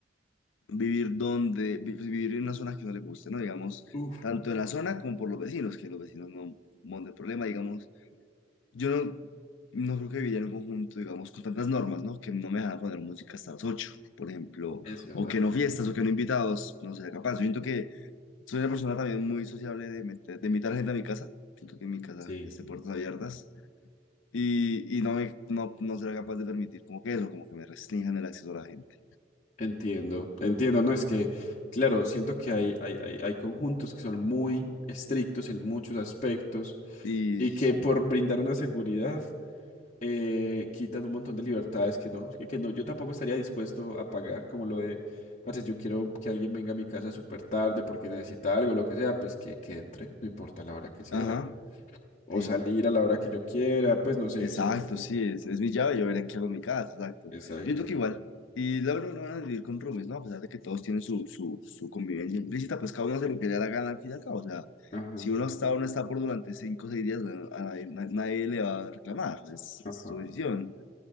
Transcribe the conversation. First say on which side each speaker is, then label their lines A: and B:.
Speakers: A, on the left; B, on the left.
A: vivir donde, vi- pues, vivir en una zona que no le guste, ¿no? Digamos,
B: Uf.
A: tanto en la zona como por los vecinos, que los vecinos no monten problema, digamos. Yo no, no creo que viviría en un conjunto, digamos, con tantas normas, ¿no? Que no me dejan poner música hasta las 8 por ejemplo,
B: Es verdad.
A: o que no fiestas, o que no invitados, no sería capaz. Yo siento que soy una persona también muy sociable de, meter- de invitar gente a mi casa. Siento que en mi casa
B: Sí,
A: esté puertas abiertas y, y no, me, no, no será capaz de permitir como que eso, como que me restrinjan el acceso a la gente.
B: Entiendo, entiendo, no es que, claro, siento que hay, hay, hay, hay conjuntos que son muy estrictos en muchos aspectos
A: Y
B: y que
A: sí,
B: por brindar una seguridad eh, quitan un montón de libertades que no, que, que no, yo tampoco estaría dispuesto a pagar como lo de, parce, yo quiero que alguien venga a mi casa súper tarde porque necesita algo, lo que sea, pues que, que entre, no importa la hora que sea,
A: ajá,
B: o
A: sí.
B: salir
A: Ajá, sí.
B: a la hora que yo quiera, pues no sé,
A: Exacto,
B: siento-
A: sí, es, es mi llave, yo veré qué hago en mi casa, exacto.
B: exacto,
A: Yo creo que igual, y la verdad no van a vivir con roomies, ¿no? A pesar de que todos tienen su, su, su convivencia implícita, pues cada uno hace lo que le da la gana al fin y al cabo. O sea,
B: ajá,
A: si uno está o no está por durante cinco o seis días, bueno, a nadie, na- nadie le va a reclamar, es,
B: ajá,
A: es su decisión.